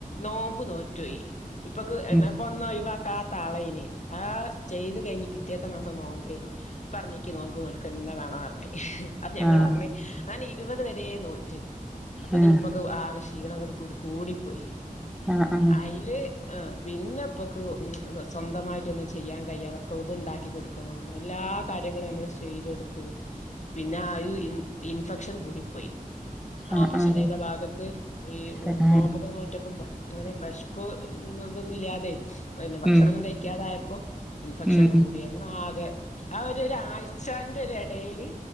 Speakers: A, on the left; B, in the centre.
A: നോമ്പ് നോറ്റുപോയി ഇപ്പൊക്ക്പ്പ
B: ഉം
A: ഒന്ന് ഒഴിവാക്ക താളേനെ ആഹ് ചെയ്ത് കഴിഞ്ഞ് പിറ്റേത്ത മാസം നോമ്പേന് പറഞ്ഞിക്ക് നോമ്പ് വേണന്ന്‌ പറഞ്ഞ് ഞങ്ങള്
B: ആഹ്
A: പറഞ്ഞ് അങ്ങനെ ഇരുപത് വരെ നോറ്റു അപ്പോത്തേന്
B: ആഹ്
A: ഇപ്പൊ ആകെ ക്ഷീണം അങ്ങോട്ട് കൂടികൂടിപ്പോയി
B: ആഹ് ആഹ്
A: അയില് ആഹ് പിന്നെപ്പൊക്ക് സ്വന്തമായിട്ടൊന്നും ചെയ്യാൻ കഴിയാതെ അതൊക്കെ ഇത്ണ്ടാക്കി കൊടുക്കണം എല്ലാ കാര്യങ്ങളും നമ്മൾ ചെയ്ത് കൊടുത്ത് പിന്നെ ആഹ് ഒരു ഇൻ ഇൻഫെക്ഷൻ കൂടിപ്പോയി
B: ആഹ്
A: ഓപ്പറഷൻ
B: ആഹ്
A: ചെയ്ത ഭാഗത്ത് ഈ
B: തന്നെ
A: നോമ്പൊക്കെ നോറ്റപ്പോ ഭ അങ്ങനെ ഭഷ് ഇപ്പോ ഇതൊന്നും ഇല്ല്യാതെ പിന്നെ ഭക്ഷണൊന്നും
B: ഉം
A: കഴിക്കാതായപ്പോ ഇൻഫെക്ഷൻ
B: ഉം
A: കൂടിയ ഇങ്ങനെ ആകെ ആഹ് ഒരു ഒര് ഒരാഴ്ചന്റെ ഒരടേല്